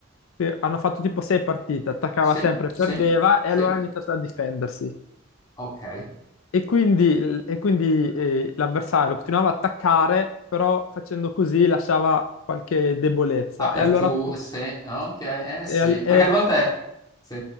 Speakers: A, on the left; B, on the left.
A: che hanno fatto tipo sei partite, attaccava
B: sì,
A: sempre, perdeva
B: sì,
A: e
B: sì,
A: allora ha iniziato a difendersi.
B: ok.
A: E quindi, e quindi, eh, l'avversario continuava a attaccare, però facendo così lasciava qualche debolezza.
B: Apertura,
A: E allora po-
B: sì, ok, eh sì,
A: e al-
B: perché
A: e
B: alle volte sì,